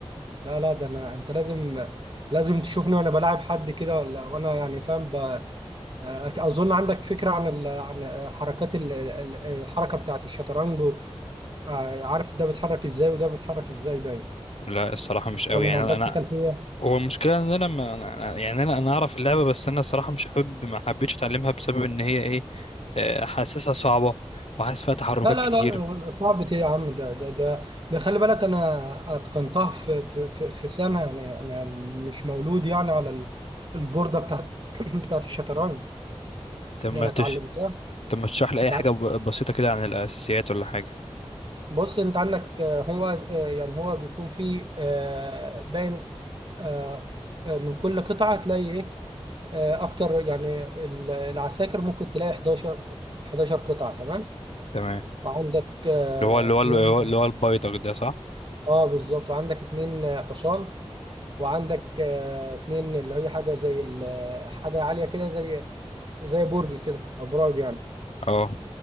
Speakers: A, on the right (about 55°); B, on the left (about 75°).
A: لا لا ده انا انت لازم لازم تشوفني وانا بلاعب حد كده ولا وانا يعني فاهم ب- أك- أظن عندك فكرة عن ال... عن آه، حركات ال... ال- الحركة بتاعة الشطرنج و... آه، عارف ده بيتحرك إزاي وده بيتحرك إزاي باين
B: لا الصراحه مش قوي
A: ولا
B: يعني
A: ما عندكش
B: انا أنا
A: خلفية؟
B: هو المشكلة ان انا ما أنا- يعني انا انا اعرف اللعبة بس انا الصراحة مش حابب ما حبيتش اتعلمها بسبب ان هي ايه آه، حاسسها صعبة وحاسس فيها تحركات
A: لا لا
B: كتير
A: لا صعب إيه يا عم ده ده ده ده خلي بالك أنا أتقنتها في في في في سنة يعني أنا مش مولود يعني على ال- البوردة بتاعة بتاعة <clears throat> الشطرنج
B: طب
A: إن
B: ما
A: أنا
B: تش
A: اتعلمتها
B: طب ما تشرح لي اي
A: اتع-
B: حاجة ب- بسيطة كده عن الاساسيات ولا حاجة
A: بص أنت عندك آه، هو آه، يعني هو بيكون فيه آه، باين آه، آه، من كل قطعة هتلاقي إيه آه، اكتر يعني ال- العساكر ممكن تلاقي 11 11 قطعة تمام
B: تمام
A: وعندك آه،
B: اللي هو اللي
A: اتنين
B: هو اللي هو اللي هو البيدق ده صح
A: اه بالظبط وعندك اتنين آه، حصان وعندك آه، اتنين اللي هي حاجة زي ال- حاجة عالية كده زي زي برج كده ابراج يعني
B: اه